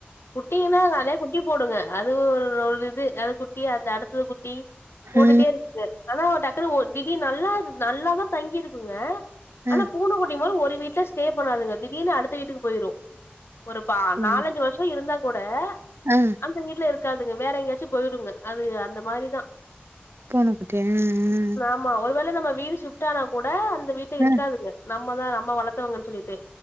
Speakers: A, on the left (about 85°); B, on the right (about 85°).
A: குட்டிங்கன்னா அது அதே குட்டி போடுங்க அது ஒரு இது அது குட்டி அந்த அடுத்தது குட்டி போட்டுட்டே
B: ஆ
A: இருக்கு ஆனா டக்குனு ஒரு தீடி நல்லா இரு நல்லாதா தங்கிருக்குங்க
B: ஆ
A: ஆனா பூன குட்டி போது ஒரு வீட்ல ஸ்டே பண்ணாதுங்க திடீர்னு அடுத்த வீட்டுக்கு போயிரு ஒரு பா
B: ஓ,
A: நாலஞ்சி வருஷோ இருந்தா கூட
B: ஆ
A: அந் த வீட்ல இருக்காதுங்க வேற எங்கயாச்சு போயிருங்க அது அந்த மாரி தா
B: பூன குட்டியா அ அ
A: ஆமா ஒரு வேள நம்ம வீடு ஃஷிப்ட் ஆனா கூட அந்த வீட்ல இருக்காதுங்க
B: ஆ
A: நம்ம தா நம்ம வளத்தவங்கன் சொல்லிட்டு